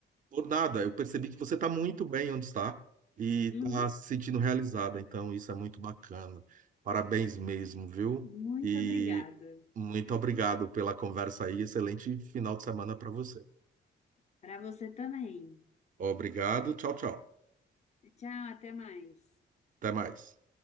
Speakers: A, on the right; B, on the left.
A: por nada, eu percebi que você está muito bem onde está e
B: Uhum.
A: está se sentindo realizada, então isso é muito bacana. Parabéns mesmo, viu?
B: Muito
A: E
B: obrigada.
A: muito obrigado pela conversa aí. Excelente final de semana para você.
B: Para você também.
A: Obrigado, tchau, tchau.
B: Tchau, até mais.
A: Até mais.